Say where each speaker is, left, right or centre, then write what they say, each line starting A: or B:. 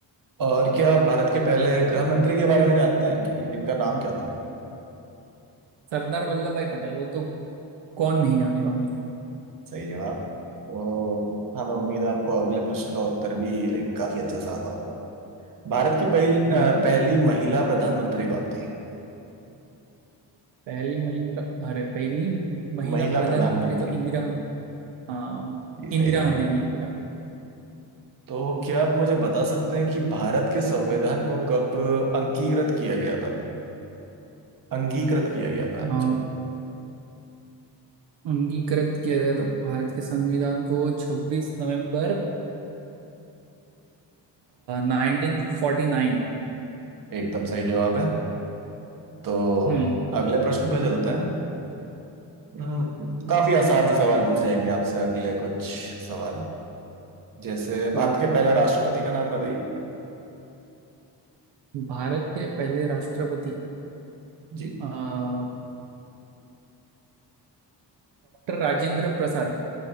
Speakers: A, on the right; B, on the right.
A: और क्या आप भारत के पहले गृह मंत्री के बारे में जानते हैं कि इनका नाम क्या था
B: Sardar Vallabhbhai Patel वो तो कौन नहीं जानेगा
A: सही जवाब तो हमें उम्मीद है आपको अगले प्रश्न का उत्तर भी लाइक काफी अच्छे से आता होगा भारत की पहली अ,
B: उनको
A: पहली महिला प्रधानमंत्री कौन थी
B: पहली महिंद्रा अरे पहली महिला
A: महिला
B: प्रधानमंत्री
A: प्रधानमंत्री
B: तो इंदिरा हाँ
A: जी सही
B: इंदिरा
A: जवाब
B: गांधी थी इंदिरा गांधी
A: तो क्या आप मुझे बता सकते हैं कि भारत के संविधान को कब अंगीकृत किया गया था अंगीकृत किया गया था एक्चुअली
B: हाँ, अंगीकृत किया गया था भारत के संविधान को 26 नवंबर नाइनटीन फोर्टी नाइन
A: एकदम सही जवाब है तो
B: हम्म
A: अगले प्रश्न पे चलते हैं हम्म, काफी आसान से सवाल पूछ जाएंगे आपसे अगले कुछ सवाल जैसे भारत
B: Okay
A: के पहले
B: okay
A: राष्ट्रपति का नाम बताइए
B: भारत के पहले राष्ट्रपति
A: जी
B: डॉक्टर राजेंद्र प्रसाद